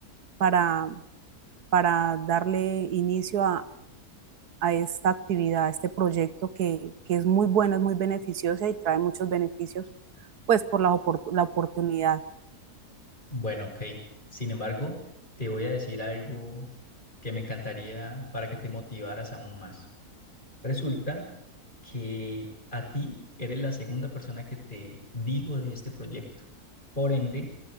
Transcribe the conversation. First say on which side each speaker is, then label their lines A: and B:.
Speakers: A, on the right; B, on the left.
A: para, para darle inicio a esta actividad, a este proyecto que, que es muy bueno, es muy beneficiosa y trae muchos beneficios, pues por la, opor- la oportunidad.
B: Bueno, ok. Sin embargo, te voy a decir algo que me encantaría para que te motivaras aún más. Resulta que a ti eres la segunda persona que te digo de este proyecto. Por ende,